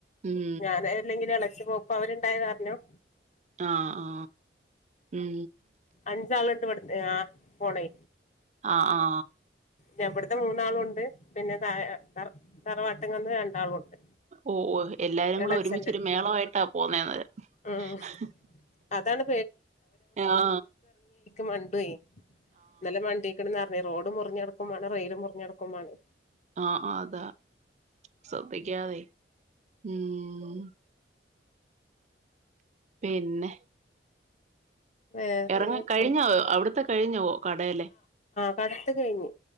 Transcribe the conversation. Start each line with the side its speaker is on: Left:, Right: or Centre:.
Right: ഉം
Left: ഞാൻ അല്ലെങ്കിലും ഇളച്ച പോ അപ്പൊ അവരുണ്ടായത് കാരണം
Right: ആ ആ ഉം
Left: അഞ്ചാള ഇണ്ട് പടു ആ് പോണേ
Right: ആ ആ
Left: ഞ ഇടുത്തെ മൂന്നാളുണ്ട് പിന്നെ ത തറവാട്ടിങ്ങന്ന് രണ്ടാളുണ്ട്
Right: ഓ ഓ എല്ലാരും
Left: എളച്ചന്റെ
Right: കൂടെ ഒരുമിച്ചരു മേളമായിട്ടാ പോന്നേത്
Left: ഉം
Right: ഹ്
Left: അതാണ്
Right: ഹ്
Left: മണ്ടോയ് ന്നലെ മണ്ടിക്കണ്ന്ന് റഞ് റോഡ് മുറിഞ് ക്കും മാണേ റെയിലും മുറിഞ്ഞടുക്ക്മ്മാണെ
Right: ആഹ് ആഹ് അതാ ശ്രദ്ധിക്കാതെ ഉം പിന്നെ
Left: വേറെ
Right: ഇറങ്ങ
Left: എങ്ങനെ
Right: കഴിഞ്ഞോ
Left: പോണ്
Right: അവിട്ത്തെ കഴിഞ്ഞോ കടേലെ
Left: കടേത്തെ കഴിഞ്ഞ്